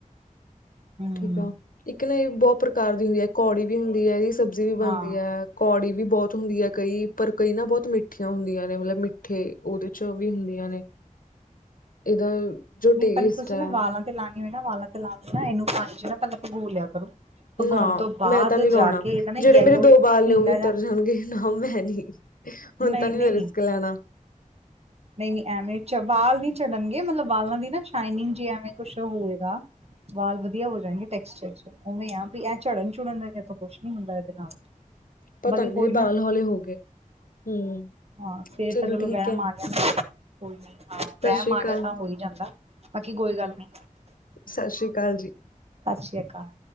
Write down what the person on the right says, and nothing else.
ਹੂੰ,
ਹਾਂ।
ਨਹੀਂ
ਪਰ ਤੁਸੀਂ
ਨਾ ਵਾਲਾਂ ਤੇ ਲਾਣੀ ਹੋਏ ਨਾ ਵਾਲਾਂ ਤੇ ਲਾਨ ਲਈ ਨਾ ਏਨੂੰ ਪਾਣੀ ਚ ਨਾ ਪੇਲਾ ਭਗੋ ਲੇਆ ਕਰੋ। ਭਗਾਉਣ
ਤੋਂ ਬਾਅਦ
ਜਾ ਕੇ ਇਹਦਾ ਨਾ
ਯੈਲੋ
ਪੀਲਾ
ਜਾ
ਨਹੀਂ-ਨਹੀਂ
ਨਈ-ਨਈ ਐਵੇਂ ਚ ਵਾਲ ਨੀ ਝੜਨਗੇ ਮਤਲਬ ਵਾਲਾਂ ਦੀ ਨਾ ਸ਼ਾਈਨਿੰਗ ਜੀ ਐਵੇਂ ਕੁਛ ਹੋਏਗਾ। ਵਾਲ ਵੱਧੀਆ ਹੋ ਜਾਏਗੇ ਟੈਕਸਚਰ ਚ। ਓਵੇਂ ਆ ਬੀ ਐ, ਝੜਨ-ਝੁੜਣ ਦਾ ਤਾਂ ਕੁਛ ਨੀ ਹੁੰਦਾ ਏਦੇ ਨਾਲ।
ਬਾਕੀ
ਕੋਈ
ਨਾ।
ਹਾਂ, ਫੇਰ ਤਾਂ ਚਲੋ
ਵਹਿਮ
ਆ ਗਿਆ। ਕੋਈ ਨੀ ਹਾਂ,
ਵੈਮ
ਆ
ਜਿਆ ਤਾਂ ਹੋ ਈ ਜਾਂਦਾ। ਬਾਕੀ ਕੋਈ ਗੱਲ ਨੀ
ਸਾਸਰੀ ਅਕਾਲ।